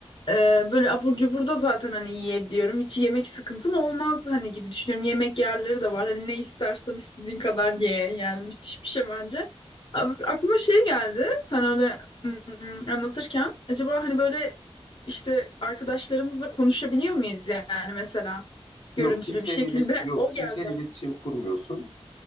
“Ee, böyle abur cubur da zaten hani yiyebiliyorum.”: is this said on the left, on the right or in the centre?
Left